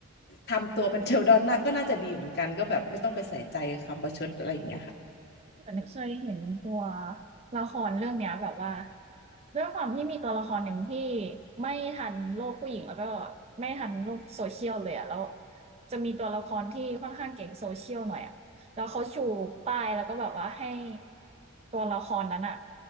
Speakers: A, on the left; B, on the right.
A: ทำตัวเป็นเทลดอนน่กก็น่าจะดีเหมือนกันก็แบบไม่ต้องไปใส่ใจคำประชดอะไรอย่างเงี้ยค่ะ
B: เหมือนเคยเห็นตัวละครเรื่องเนี้ยแบบว่าด้วยความที่มีตัวละครหนึ่งที่ไม่ทันโลกผู้หญิงแล้วก็ไม่ทันโลกโซเชียลเลยอะแล้วจะมีตัวละครที่ค่อนข้างเก่งโซเชียลหน่อยอะแล้วเขาชูป้ายแล้วก็แบบว่าให้ตัวละครนั้นอะ